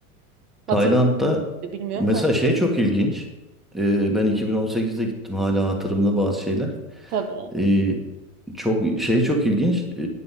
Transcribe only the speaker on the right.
Hatırlıyorum
bilmiyorum
da.
Tabii.